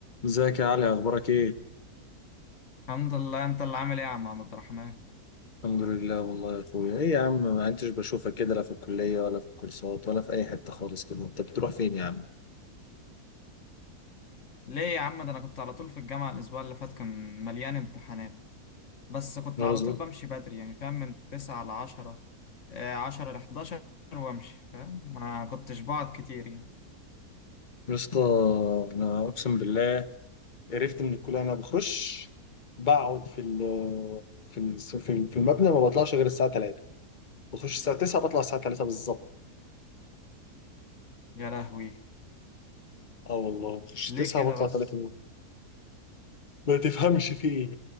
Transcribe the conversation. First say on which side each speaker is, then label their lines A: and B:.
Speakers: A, on the left; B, on the left.
A: ازيك يا علي اخبارك ايه
B: الحمد لله انت اللي عامل ايه يا عم عبد الرحمن
A: الحمد لله والله يا اخويا ايه يا عم ما انتش بشوفك كده لا في الكليه ولا في الكورسات ولا في اي حته خالص كده انت بتروح فين يا عم
B: ليه يا عم ده انا كنت على طول في الجامعة الاسبوع اللي فات كان مليان امتحانات بس كنت
A: ولا
B: على
A: زمان
B: طول بمشي بدري يعني فاهم من تسعة لعشرة آه، عشرة لحداشر وامشي فاهم ما كنتش بقعد كتير يعني
A: يا اسطى انا
B: كنت...
A: اقسم بالله قرفت من الكليه انا بخش بقعد في ال في ال في ال- في المبنى ما بطلعش غير الساعه 3 بخش الساعه 9 بطلع الساعه 3 بالظبط
B: يا لهوي
A: اه والله بخش
B: ليه
A: 9
B: كده
A: بطلع
B: بس
A: 3 ما تفهمش في ايه